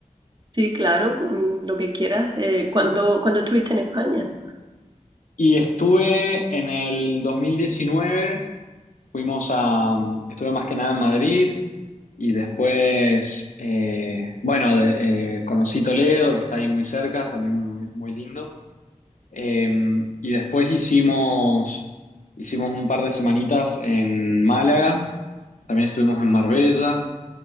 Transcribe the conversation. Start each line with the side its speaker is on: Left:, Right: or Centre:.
Right: Sí, claro, mm, lo que quieras. Eh, ¿cuándo, cuándo estuviste en España?
Left: Y estuve en el 2019. fuimos a, estuve más que nada en Madrid, Y después, eh, bueno, de- eh, conocí Toledo, que está ahí muy cerca, también muy, muy lindo. Eh, y después hicimos, hicimos un par de semanitas en Málaga, también estuvimos en Marbella.